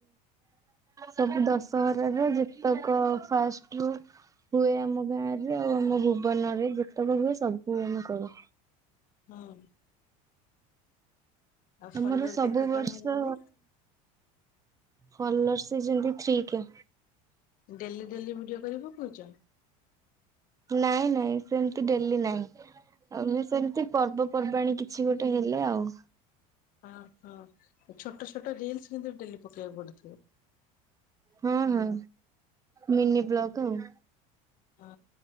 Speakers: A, on the right; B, on the left.
A: ସବୁ ଦଶହରାରେ ଯେତକ ଫାଷ୍ଟ ହୁଁ ହୁଏ ଆମ ଗାଁ ରେ, ଆଉ ଆମ ଭୁବନରେ ଯେତେକ ହୁଏ? ସବୁ ଆମେ କରୁ।
B: ହଁ ଆଉ
A: ତମର
B: ଫଲୋର
A: ସବୁ
B: କେତେ
A: ବର୍ଷ
B: କଣ ହେଲେଣି
A: ଫଲୋଅର୍ସ ହେଇଛନ୍ତି three K.
B: Daily daily video କରି ପକଉଛ?
A: ନାଇଁ ନାଇଁ ସେମିତି ଡେଲି ନାହିଁ। ଆଉ ସେମିତି ପର୍ବପର୍ବାଣୀ କିଛି ଗୋଟେ ହେଲେ ଆଉ।
B: ଅହ ହଁ ଛୋଟ ଛୋଟ ରିଲ୍ସ କିନ୍ତୁ ଡେଲି ପକେଇବାକୁ ପଡେ?
A: ହଁ ହଁ ମିନି ବ୍ଲକ ଆଉ।
B: ହଁ